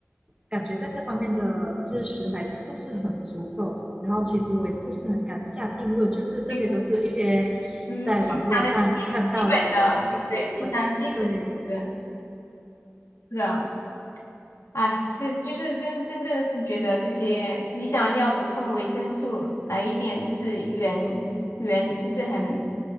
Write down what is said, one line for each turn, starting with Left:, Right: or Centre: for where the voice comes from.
Right: 感觉，在这方面的知识还不是很足够。然后其实我也不是很敢下定论，就是这些都是一些
Left: 对，就是平常的基基本的，
Right: 在网络上看到的一些问，
Left: 对，平常基础知识，
Right: 对，
Left: 是的。哎，是，就是真真正的是觉得这些，你想要补充维生素，来一点就是原原，就是很